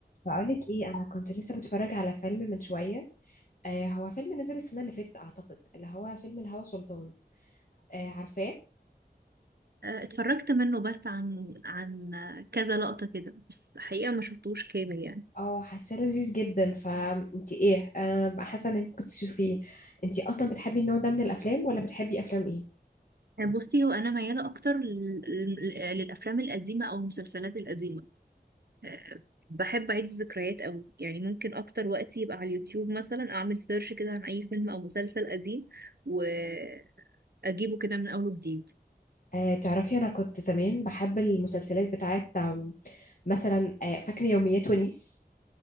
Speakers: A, on the left; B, on the right.
A: بقولك ايه انا كنت لسه بتفرج على فيلم من شويه آه هو فيلم نزل السنه اللي فاتت اعتقد اللي هو فيلم الهوى سلطان آه عارفاه
B: آه، اتفرجت منه بس عن عن كذا لقطة كده بس حقيقة ما شفتوش كامل يعني
A: اه حاساه لذيذ جدا فانت ايه آه بقى حاسه انك ممكن تشوفيه انت اصلا بتحبي النوع ده من الافلام ولا بتحبي افلام ايه
B: آه، بصي هو أنا ميالة أكتر لل- لل- للأفلام القديمة أو المسلسلات القديمة آه، بحب أعيد الذكريات أوي يعني ممكن أكتر وقت يبقى على اليوتيوب مثلا أعمل سيرش كده عن أي فيلم أو مسلسل قديم وأجيبه كده من أول وجديد
A: آه تعرفي انا كنت زمان بحب المسلسلات بتاعت آم، مثلا آه فاكره يوميات ونيس